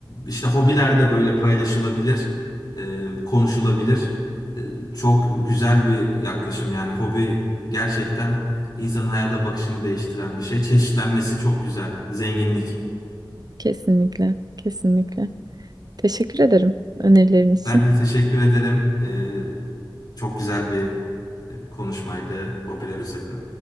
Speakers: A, on the left; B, on the right.
A: işte hobiler de böyle paylaşılabilir, e, konuşulabilir. E, çok güzel bir yaklaşım yani hobi gerçekten insanın hayata bakışını değiştiren bir şey. Çeşitlenmesi çok güzel, zenginlik.
B: Kesinlikle, kesinlikle. Teşekkür ederim önerilerin için.
A: Ben de teşekkür ederim. E, çok güzel bir e, konuşmaydı hobiler üzerine.